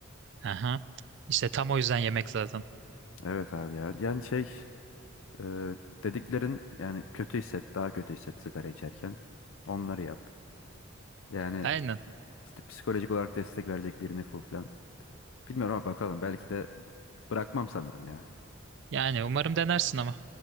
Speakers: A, on the right (about 60°); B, on the left (about 80°).
A: Aha. İşte tam o yüzden yemek zaten.
B: Evet abi ya. Yani şey e, dediklerin yani kötü hisset, daha kötü hisset sigara içerken. Onları yap. Yani
A: Aynen.
B: işte psikolojik olarak destek verecek birini bul falan. Bilmiyorum ama bakalım. Belki de bırakmam sanırım ya.
A: Yani umarım denersin ama.